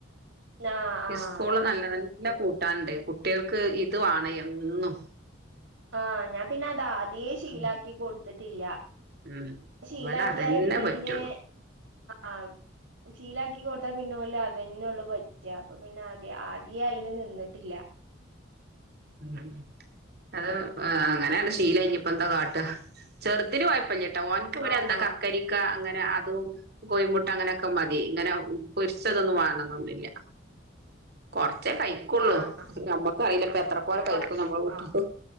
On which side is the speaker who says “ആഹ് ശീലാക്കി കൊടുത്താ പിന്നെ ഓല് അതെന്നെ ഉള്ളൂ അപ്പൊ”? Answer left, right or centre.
Right